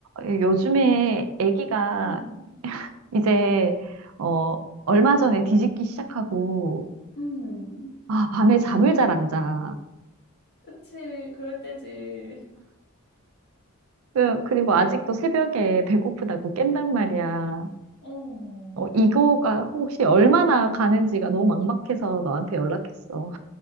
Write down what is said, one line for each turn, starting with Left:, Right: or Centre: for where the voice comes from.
Right: 예, 요즘에 아기가
Left: 음,
Right: 이제 어 얼마 전에 뒤집기 시작하고
Left: 음,
Right: 아 밤에 잠을 잘 안 자.
Left: 그치, 그럴 때지.
Right: 그- 그리고 아직도 새벽에 배고프다고 깬단 말이야.
Left: 어,
Right: 어, 이거가 혹시 얼마나 가는지가 너무 막막해서 너한테 연락했어.